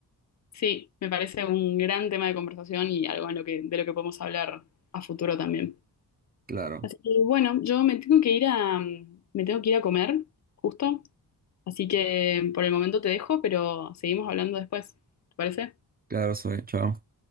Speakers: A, on the left (about 45°); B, on the right (about 25°).
A: Sí, me parece un gran tema de conversación y algo en lo que, de lo que podemos hablar a futuro también.
B: Claro,
A: Así que bueno, yo me tengo que ir a, me tengo que ir a comer, justo. Así que por el momento te dejo, pero seguimos hablando después. ¿Te parece?
B: claro, Zoe, chao.